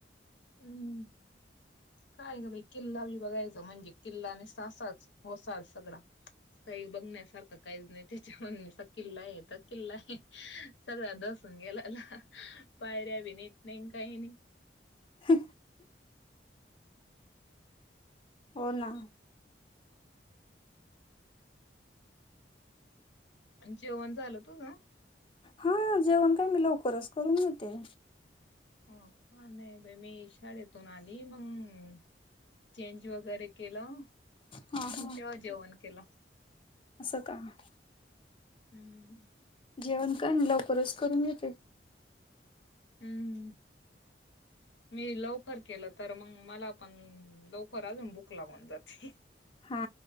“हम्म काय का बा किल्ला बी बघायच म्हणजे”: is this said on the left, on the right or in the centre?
Left